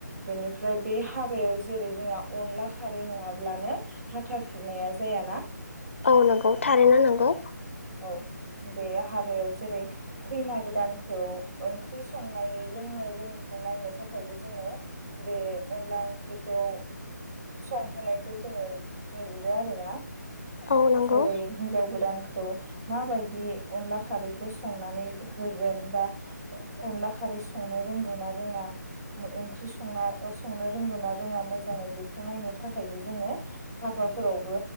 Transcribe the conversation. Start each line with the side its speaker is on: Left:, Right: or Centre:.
Right: बेनिफ्राय बे हाबायाव जेरै जोंना अनला खा खारै नङाब्लानो हाथा खुरनाया जायाना?
Left: औ नंगौ थारैनो नंगौ।
Right: औ बे हाबायाव जेरै खैना गोदानखौ ओंख्रि संनाय रोंनाय रोङिखौ नायनो थाखायबो जोङो बे अनला ओंख्रिखौ संहोनायखौ जोङो नुबोदो आरो ना।
Left: औ नंगौ
Right: जेरै हिनजाव गोदान खौ माबायदि अनला खारैखौ संनानै होगोन बा अनला खारै संनो रोंगौ ना रोङा, ओंख्रि संना संनो रोंगौ ना रोङा मोजाङै बे खौ नायनो थाखायबो जोङो हाबाफोरावबो